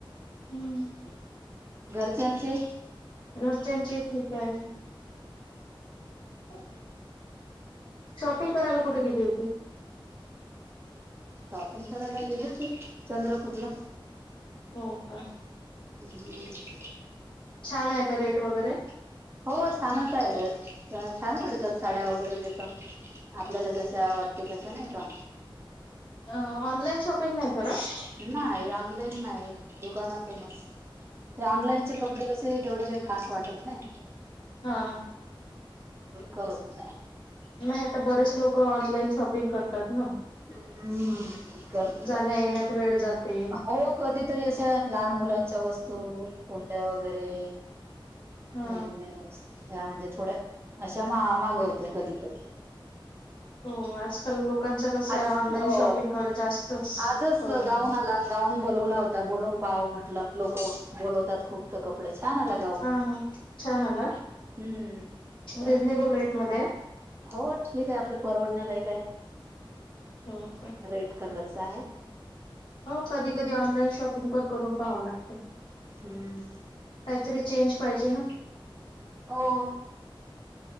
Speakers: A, on the left (about 65°); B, on the right (about 25°).
A: हं
B: घरच्यांची?
A: घरच्यांची ही ठीक आहे. <inaudible> शॉपिंग करायला कुठं गेली होती?
B: शॉपिंग करायला गेले होती चंद्रपूरला.
A: हो का?
B: हं.
A: छान आहे का रेट वगैरे?
B: हो छानच आहे,,, अ छान पडतात. साड्या वगैरे तिथं,, आपल्याला जशा आवाडते तशा नाही का.
A: अ ऑनलाईन शॉपिंग नाही करत?
B: नाही ऑनलाईन नाही, दुकानातूच ते ऑनलाईनचे कपडे कसे तेवढे काही खास वाटत नाही.
A: हां.
B: करत नाही.
A: नाही आता बरेच लोकं ऑनलाईन शॉपिंग करतात ना.
B: हम्म करतात,,
A: जाण्या येण्यात वेळ जाते
B: हो. कधीतरी अशा लहान मुलांच्या वस्तू,, कुंड्या वगैरे.
A: हा.
B: मेन मेन वस्तू त्या म्हणजे थोड्या,, अशा मा मागवतय कधी कधी.
A: हो, आजकाल लोकांचा कसंय
B: आज
A: ऑनलाईन
B: हो
A: शॉपिंगकडे जास्तच
B: आजच
A: कलं
B: गाऊन
A: आहे.
B: आला गाऊन बोलवला होता,, बोलून पहाव म्हटलं, लोकं, बोलवतात खूप तर कपडे छान आला गाऊन
A: हा हा छान आला?
B: हम्म
A: रिझनेबल रेट मध्ये आहे.
B: हो ठीक आहे, आपलं परवडण्या लायक हाय.
A: हो का?
B: रेड कलरचा आहे.
A: हो कधी कधी ऑनलाईन शॉपिंग पण करून पाहावं लागतय.
B: हम्म.
A: काहीतरी चेंज पाहिजे ना.
B: हो.